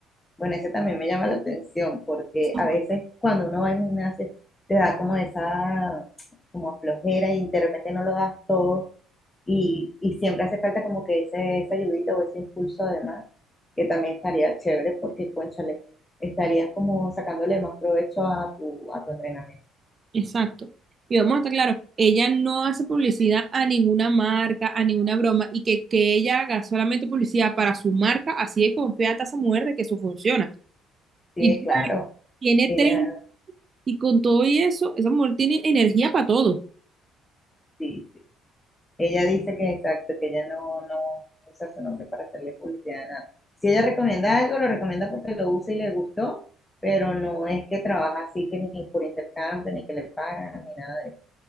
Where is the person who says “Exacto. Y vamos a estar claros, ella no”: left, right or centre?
Right